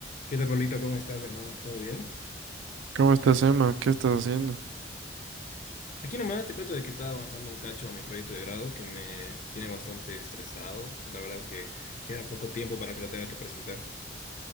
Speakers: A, on the left; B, on the right.
A: ¿Qué tal, Pablito? ¿Cómo estás, hermano? ¿Todo bien?
B: ¿Cómo estás, Emma? ¿Qué estás haciendo?
A: Aquí nomás te cuento de que estaba avanzando un cacho a mi proyecto de grado que me tiene bastante estresado. La verdad es que queda poco tiempo para que lo tenga que presentar.